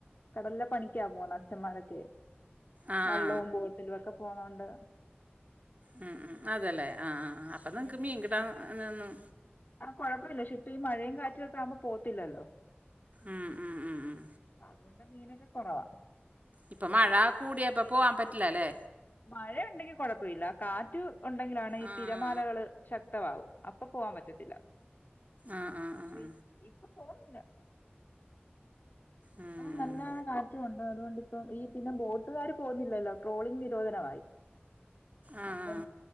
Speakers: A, on the left; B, on the right.
A: കടലിലെ പണിക്കാ പോന്ന അച്ഛമാരൊക്കെ.
B: ആ
A: വള്ളോം
B: ആ
A: ബോട്ടിലു ഒക്കെ പോണോണ്ട്
B: ഉം ഉം അതല്ലേ ആ ആ് ആ അപ്പൊ നിക്ക്
A: പക്ഷെ
B: മീൻ കിട്ടാ അഹ് നോന്നും
A: ആ കൊഴപ്പില്ല ഷി പ്പീ മഴയും കാറ്റ്ഒക്ക ആവുമ്പോ പോത്തില്ലല്ലോ. <unintelligible>
B: ഉം, ഉം, ഉം, ഉം.
A: അതോണ്ട് മീനൊക്കെ കൊറവാ.
B: ഇപ്പൊ മഴ കൂടിയാപ്പ പോവാ പറ്റില്ല ലെ.?
A: മഴ ണ്ടെങ്കി കൊഴപ്പ ഇല്ല കാറ്റ് ഒണ്ടെങ്കിലാണ് ഈ
B: ആ
A: തിരമാലകള്
B: ആ
A: ശക് ത്ത മാവും അപ്പൊ പോവാ പറ്റത്തില്ല
B: ആ ആ ആ
A: ഷെ
B: ആ.
A: ഇപ്പൊ പോവുന്നില്ല.
B: ഉം.
A: പ്പൊ നല്ല കാ ച് കൊണ്ടോയതോണ്ടിപ്പം ഈ പിന്നെ ബോട്ടുകാര് പോന്നില്ലല്ലോ ട്രോളിംഗ് നിരോധനവായി.
B: ആ
A: അപ്പം
B: ആ